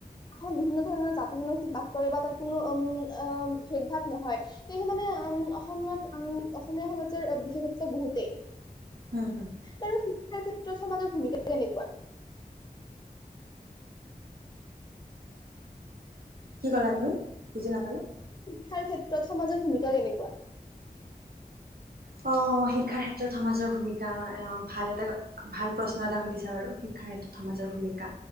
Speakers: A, on the left; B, on the right.
A: বিভিন্ন ধৰণৰ জাত জনজাতি বাস কৰে বা তাত কোনো উম আ ভেদ ভাৱ নহয় সেয়ে মানে আম অসমত আম অসমীয়া সমাজৰ বিশেষত্ব বহুতেই
B: হম হম
A: আৰু শিক্ষাৰ ক্ষেত্ৰত সমাজৰ ভূমিকা কেনেকুৱা
B: কি ক'লা তুমি বুজি নাপালো
A: শিক্ষাৰ ক্ষেত্ৰত সমাজৰ ভূমিকা কেনেকুৱা
B: অ শিক্ষাৰ ক্ষেত্ৰত সমাজৰ ভূমিকা ভাল এটা ভাল প্ৰশ্ন এটা সুধিছা বাৰু শিক্ষাৰ ক্ষেত্ৰত সমাজৰ ভূমিকা